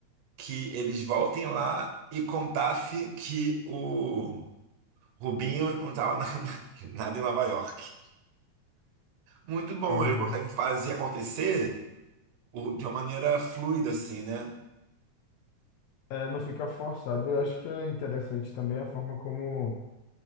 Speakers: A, on the right; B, on the left.
A: que eles voltem lá e contasse que o Rubinho não estava na- na- nada em Nova York. Muito bom,
B: Pois
A: ele consegue
B: é.
A: fazer acontecer o- de uma maneira fluida, assim, né?
B: É, não fica forçado. Eu acho que é interessante também a forma como